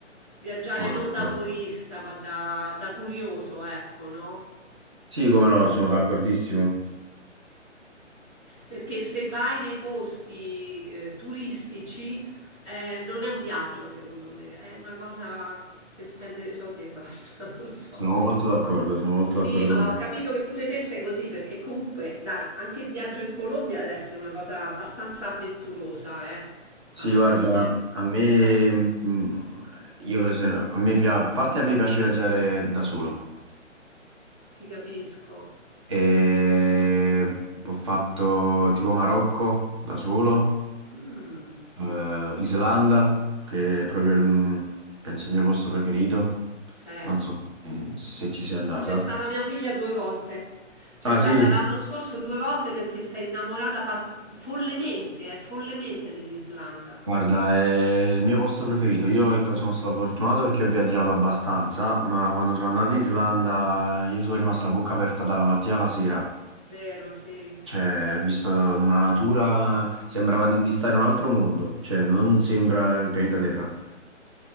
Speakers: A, in the centre; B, on the right.
A: Viaggiare
B: Sono
A: non
B: d'accordo.
A: da turista, ma da, da curioso, ecco, no?
B: Sì, come no, sono d'accordissimo.
A: Perché se vai nei posti, ehm, turistici, ehm, non è un viaggio secondo me, è una cosa per spendere soldi e basta, <laughs> non lo so.
B: Sono molto d'accordo, sono molto
A: Sì,
B: d'accordo
A: ma
B: con
A: ho
B: te.
A: capito che pure te sei così, perché comunque, dai, anche il viaggio in Colombia deve essere una cosa abbastanza avventurosa, eh,
B: Sì,
A: alla
B: guarda,
A: fine.
B: a me,
A: Eh,
B: mm, io per esempio, a me pia- a parte a me piace viaggiare da solo.
A: ti capisco.
B: E ho fatto tipo Marocco da solo,
A: Mm,
B: eh, Islanda, che è proprio il, mm, penso il mio posto preferito.
A: eh.
B: Non so eh, se ci sei andata.
A: C'è stata mia figlia 2 volte. C'è
B: Ah
A: stata
B: sì,
A: l'anno scorso 2 volte perché s'è innamorata pa- follemente, eh, follemente dell'Islanda.
B: guarda, è il mio posto preferito. Io ecco, sono stato fortunato perché ho viaggiato abbastanza, ma quando sono andato in Islanda io sono rimasto a bocca aperta dalla mattina alla sera.
A: Vero, sì.
B: Cioè, visto una natura, sembrava di, di stare in un altro mondo, cioè non sembra il pianeta Terra.